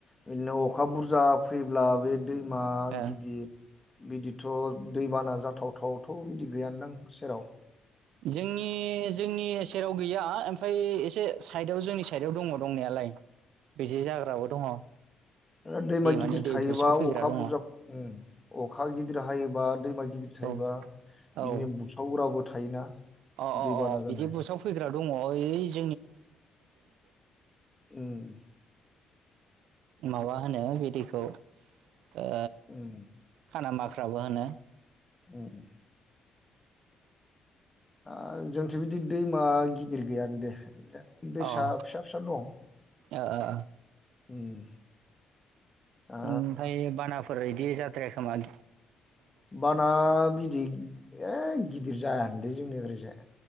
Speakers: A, on the left; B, on the right.
A: बिदिनो अखा बुरजा फैब्ला बे दैमा
B: ओ
A: गिदिर बिदि थ' दैबाना जाथावथावथ' बिदि गैयानदां नां सेराव?
B: जोंनि जोंनि सेराव गैया ओमफ्राय एसे साइदआव जोंनि साइडआव दङ दंनायाल लाय बिदि जाग्राबो दङ।
A: ओ दैमा
B: दैमानि
A: गिदिर थायोबा
B: दै बुसाव फैग्रा
A: अखा
B: दङ
A: बुरजा अखा गिदिर हायोब बा दैमा गिदिर थायोबा
B: औ औ
A: बिदिनो बुसावग्राबो थायोना?
B: अ अ
A: दैबाना
B: अ बिदि
A: जानाय
B: बुसाव फैग्रा दङ ओइज
A: उम।
B: मावा होनो बिदिखौ ओ
A: उम
B: खाना माख फ्राबो होनो।
A: उम। ओ जोंथिं' बिदि दैमा गिदिर गैयान दे। दैसा
B: अ ओ
A: फिसा फिसा दं।
B: ओ ओ
A: उम। दा
B: ओमफाय बानाफोर इदि जाद्रायाखोमाद
A: बाना बिदि ए गिदिर जाया होनलै जोंनि ओरैजाय।